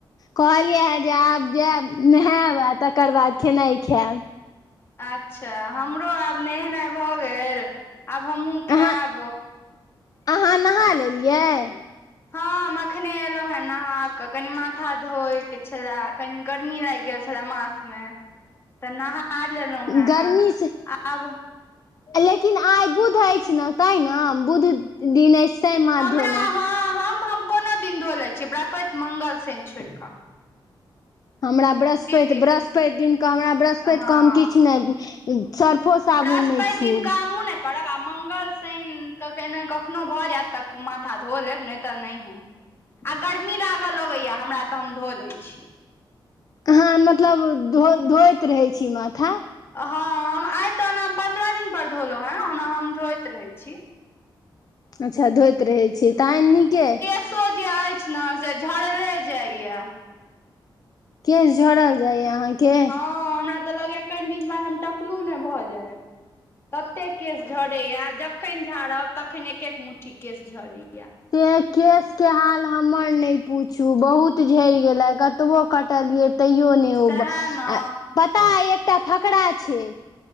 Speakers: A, on the left (about 45°); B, on the left (about 30°).
A: कहलियै हे जे आब जायब नहायब आ तकर बाद खेनाइ खायब
B: अच्छा हमरो आब नहेनाइ भऽ गेल आब हमहूँ खायब
A: अहाँ अहाँ नहा लेलियै <unintelligible>
B: हँ ऐखने एलहुं हें नहा कऽ कनि माथा धोय के छल कनी गर्मी लागि गेल छल माथ मे तऽ ना खा लेलहु हैं
A: गर्मी से
B: आब
A: लेकिन आइ बुध अछि न ताय न बुध दिन अछि तैं माथ
B: हमरा
A: धोलहुँ
B: हँ हम हम कोनो दिन धो लै छियै ब्रृहस्पति मंगल शनि छोड़ि क
A: हमरा बृहस्पति
B: दिन
A: बृहस्पति दिनके हमरा बृहस्पति
B: हँ
A: क हम किछु नह सर्फो साबुन
B: बृहस्पति
A: नहि छू
B: दिन के हमहुँ ने करब आ मंगल शनि तऽ केने कखनो भऽ जायत तक माथा धो लेब नहि तऽ नहि ह आ गर्मी लागऽ लगैया हमरा तऽ हम धो लै छीय
A: अहाँ मतलब धो धोइत रहै छी माथ
B: हँ हम आइ त ओना हम पन्द्रह दिन पर धोलहुं हैं ओना हम धोय रहै छी
A: अच्छा धोइत रहै छीयै तऽ आनि नीके
B: केसो जे अछि ने से झरले जाइय
A: केश झरल जाइया अहाँ क
B: हँ हमरा तऽ लगैय कनि दिन बाद हम टकलू ने भऽ जाय तते केश झरैया जखन झाड़ब तखन एक एक मुठी केश झड़ैया
A: से केस के हाल हमर नहि पूछू बहुत झड़ि गेलै कतबो कटलियै तैयो नै
B: सएह
A: ओ ब
B: ने
A: आ पता अ एकटा फकरा छै